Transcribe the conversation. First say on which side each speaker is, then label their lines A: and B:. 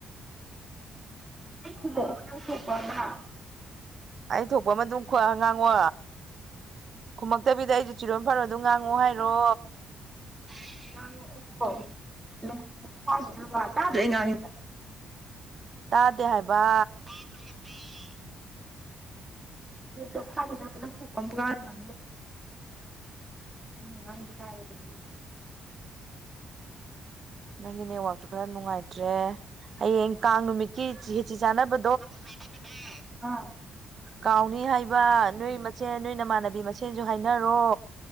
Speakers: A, on the right (about 15°); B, on the right (about 50°).
A: <unintelligible>
B: ꯑꯩ ꯊꯣꯛꯄ ꯑꯃ ꯑꯗꯨꯝ ꯀꯣꯏ ꯉꯥꯡꯉꯣ ꯈꯨꯃꯛꯇꯕꯤꯗ ꯑꯩꯁꯨ ꯆꯤꯔꯣ ꯐꯔꯣ ꯑꯗꯨꯝ ꯉꯥꯡꯉꯣ ꯍꯥꯏꯔꯣ
A: <unintelligible> ꯇꯥꯗ꯭ꯔꯣ ꯑꯩꯅꯥ ꯉꯥꯡꯉꯤꯁꯦ
B: ꯇꯥꯗꯦ ꯍꯥꯏꯕꯥ
A: INAUDIBLE UNINTELLIGIBLE ꯅꯣꯏꯅ ꯉꯥꯡꯉꯤꯗꯣ ꯇꯥꯏꯌꯦ ꯑꯗꯨꯒꯤ
B: ꯅꯪꯒꯤ ꯅꯦꯠꯋꯥꯛꯇꯨ ꯈꯔꯥ ꯅꯨꯡꯉꯥꯏꯇ꯭ꯔꯦ ꯍꯌꯦꯡ ꯀꯥꯡ ꯅꯨꯃꯤꯠꯀꯤ ꯈꯦꯆꯤ ꯆꯥꯅꯕ
A: INAUDIBLE
B: ꯀꯥꯎꯅꯤ ꯍꯥꯏꯕꯥ ꯅꯣꯏ ꯃꯁꯦꯟ ꯅꯣꯏ ꯅꯃꯥꯟꯅꯕꯤ ꯃꯁꯦꯟꯖꯨ ꯍꯥꯏꯅꯔꯣ